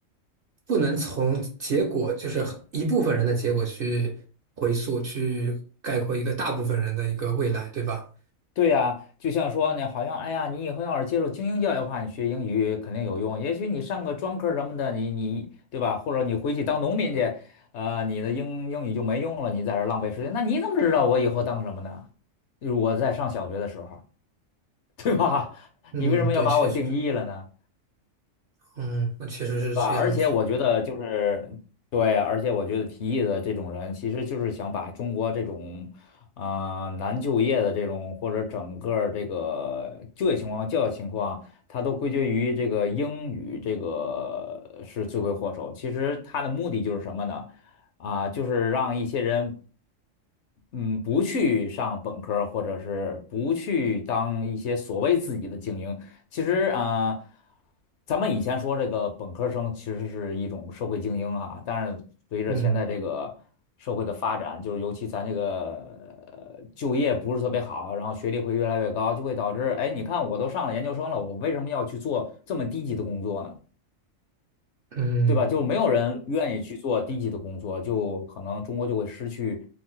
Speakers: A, on the right (about 60°); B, on the left (about 65°).
A: 不能从结果，就是很一部分人的结果去回溯，去概括一个大部分人的一个未来，对吧？
B: 对呀，就像说呢，好像哎呀，你以后要是接受精英教育的话，你学英语肯定有用。也许你上个专科什么的，你你对吧？或者你回去当农民去，呃，你的英英语就没用了，你在这儿浪费时间。那你怎么知道我以后当什么呢？就是我在上小学的时候，<laughs> 对吧？<laughs>
A: 嗯，
B: 你为什么要把我定义了呢？
A: 对，确实，嗯，那确实是这样子。
B: 对吧？而且我觉得就是，对，而且我觉得提议的这种人，其实就是想把中国这种啊、难就业的这种，或者整个儿这个就业情况、教育情况，他都归结于这个英语这个是罪魁祸首。其实他的目的就是什么呢？啊、就是让一些人。嗯，不去上本科儿或者是不去当一些所谓自己的精英，其实啊、咱们以前说这个本科生其实是一种社会精英啊，但是随着现在这个社会的发展，
A: 嗯
B: 就是尤其咱这个呃就业不是特别好，然后学历会越来越高，就会导致，哎，你看我都上了研究生了，我为什么要去做这么低级的工作呢？
A: 嗯
B: 对吧？就没有人愿意去做低级的工作，就可能中国就会失去